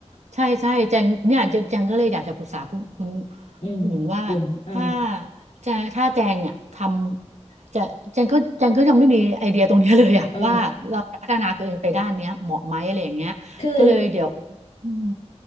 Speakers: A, on the right; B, on the left.
A: ใช่ใช่แจงเนี่ยแจแจงก็เลยอยากจะปรึกษาคุณคุณ
B: อืมอุ่นเออ
A: อุ่นว่าถ้าแจงถ้าแจงเนี่ยทำจะแจงก็แจงก็ยังไม่มีไอเดียตรงเนี้ยเลยอะ <laughs>
B: เออ
A: ว่าเราจะพัฒนาตัวเองไปด้านเนี้ยเหมาะไหมอะไรอย่างเงี้ยก็เลยเดี๋ยว
B: คือ
A: อืม